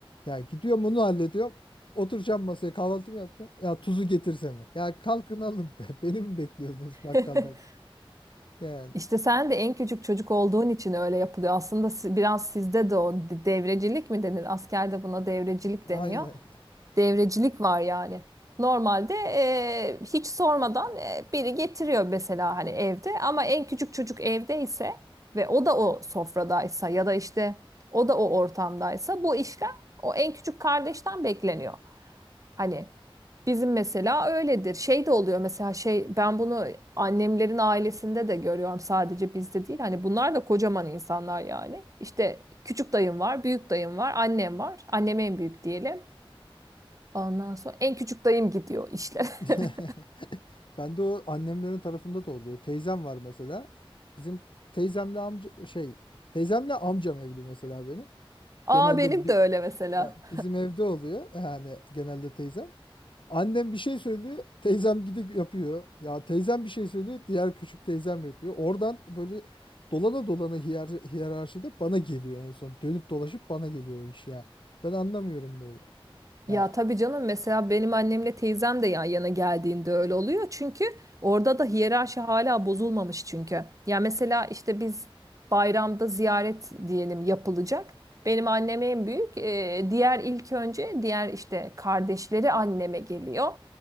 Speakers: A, on the left (about 60°); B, on the right (about 35°).
A: ya gidiyorum onu hallediyorum. Oturacağım masaya kahvaltımı yapacağım. Ya tuzu getirsene. Ya kalkın alın be. <laughs> Beni mi bekliyorsunuz bakkaldan?
B: <laughs>
A: Yani
B: İşte sen de en küçük çocuk olduğun için öyle yapılıyor. Aslında si- biraz sizde de o de- devrecilik mi denir? Askerde buna devrecilik
A: aynen.
B: deniyor. Devrecilik var yani. Normalde e, hiç sormadan e, biri getiriyor mesela hani evde ama en küçük çocuk evdeyse ve o da o sofradaysa ya da işte o da o ortamdaysa bu işlem o en küçük kardeşten bekleniyor. Hani bizim mesela öyledir. Şey de oluyor mesela şey ben bunu annemlerin ailesinde de görüyorum sadece bizde değil. Hani bunlar da kocaman insanlar yani. İşte küçük dayım var, büyük dayım var, annem var. Annem en büyük diyelim. Ondan sonra en küçük dayım gidiyor işlere.
A: <laughs>
B: <laughs>
A: Ben de o annemlerin tarafında da oluyor. Teyzem var mesela. Bizim teyzemle amca şey teyzemle amcam evli mesela benim.
B: Aa
A: Genelde
B: benim
A: bi-
B: de öyle mesela.
A: bizim evde oluyor. Yani genelde teyzem. Annem bir şey söylüyor. Teyzem gidip yapıyor. Ya teyzem bir şey söylüyor. Diğer küçük teyzem yapıyor. Oradan böyle dolana dolana hiyer, hiyerarşide bana geliyor en son. Dönüp dolaşıp bana geliyor o iş ya. Ben anlamıyorum böyle. Ya
B: Ya tabii canım mesela benim annemle teyzem de yan yana geldiğinde öyle oluyor. Çünkü orada da hiyerarşi hala bozulmamış çünkü. Ya mesela işte biz bayramda ziyaret diyelim yapılacak. Benim annem en büyük. Ee, diğer ilk önce diğer işte kardeşleri anneme geliyor.